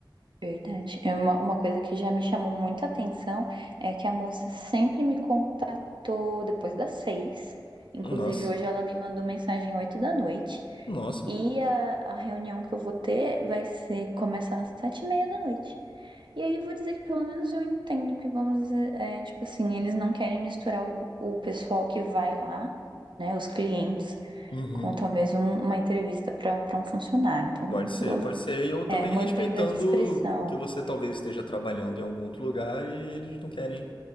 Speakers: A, on the right (about 70°); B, on the left (about 80°).
A: Verdade. É Uma, uma coisa que já me chamou muita atenção é que a moça sempre me contatou depois das seis. Inclusive,
B: Nossa,
A: hoje ela me mandou mensagem oito da noite.
B: nossa.
A: E a, a reunião que eu vou ter vai ser começar às sete e meia da noite. E aí vou dizer que pelo menos eu entendo que vamos dizer, é, tipo assim, eles não querem misturar o, o pessoal que vai lá, né, os clientes,
B: Uhum.
A: com talvez um- uma entrevista para um funcionário. Então,
B: Pode ser,
A: eu-
B: pode ser. E ou também
A: é, mantendo
B: respeitando
A: a discrição.
B: que você talvez esteja trabalhando em algum outro lugar e eles não querem